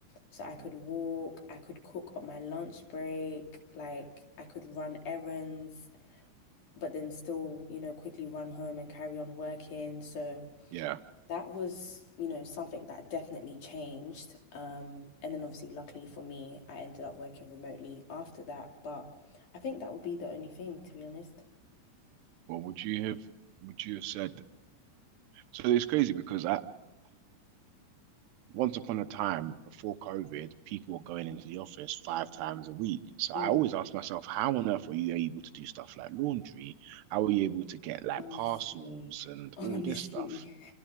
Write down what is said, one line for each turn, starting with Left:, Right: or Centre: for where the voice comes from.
Left: So I
Right: mm,
Left: could walk, I could cook on my lunch break, like I could run errands, but then still, you know, quickly run home and carry on working. So
Right: yeah.
Left: that was, you know, something that definitely changed. Um, and then obviously, luckily for me, I ended up working remotely after that. But I think that would be the only thing, to be honest.
Right: Well, would you have would you have said? So it's crazy because I. once upon a time before COVID, people were going into the office five times a week. So I
Left: Mm,
Right: always ask myself, how on earth are you able to do stuff like laundry? How are you able to get like
Left: honestly,
Right: parcels and
Left: honestly,
Right: all this stuff?